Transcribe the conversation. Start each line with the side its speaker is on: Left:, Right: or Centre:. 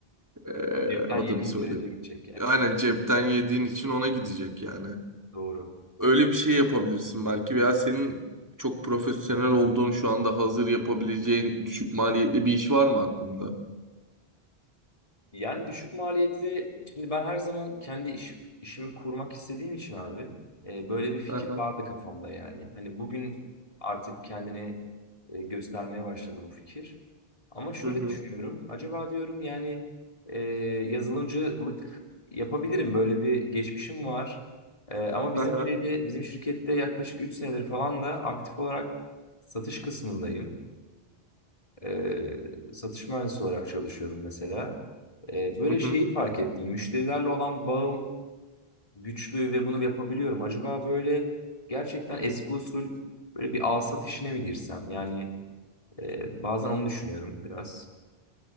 Right: Ee,
Left: Cepten
Right: adını
Left: yediğim
Right: söyle.
Left: sürece gidecek yani.
Right: Aynen cepten yediğin için ona gidecek yani.
Left: Doğru.
Right: Öyle bir şey yapabilirsin belki veya senin çok profesyonel olduğun şu anda hazır yapabileceğin düşük maliyetli bir iş var mı aklında?
Left: Yani düşük maliyetli şimdi ben her zaman kendi iş, işimi kurmak istediğim için abi e, böyle bir fikir
Right: Aha.
Left: vardı kafamda yani. Hani bugün artık kendini e, göstermeye başladı bu fikir. Ama şöyle
Right: Hı hı.
Left: düşünüyorum. Acaba diyorum yani e, yazılımcılık yapabilirim. Böyle bir geçmişim var. E, ama bizim
Right: Aha.
Left: şeyde bizim şirkette yaklaşık 3 senedir falan da aktif olarak satış kısmındayım. E, satış mühendisi olarak çalışıyordum mesela. E, böyle
Right: Hı hı.
Left: şeyi fark ettim. Müşterilerle olan bağım güçlü ve bunu yapabiliyorum. Acaba böyle gerçekten eski usul böyle bir alsat işine mi girsem? Yani e, bazen onu düşünüyorum biraz.